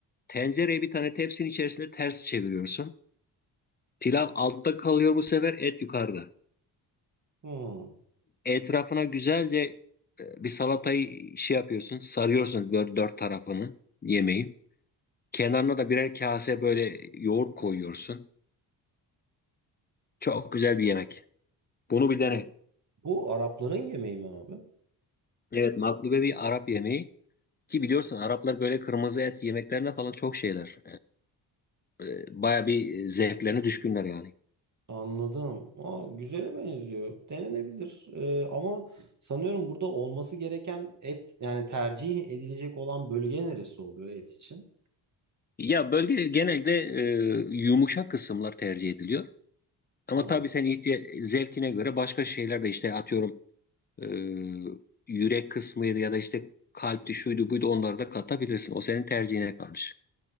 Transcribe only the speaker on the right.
Hı.
Bu bu Arapların yemeği mi abi?
Anladım. Aa, güzele benziyor. Denenebilir. Ee, ama sanıyorum burada olması gereken et yani tercih edilecek olan bölge neresi oluyor et için?
Hı.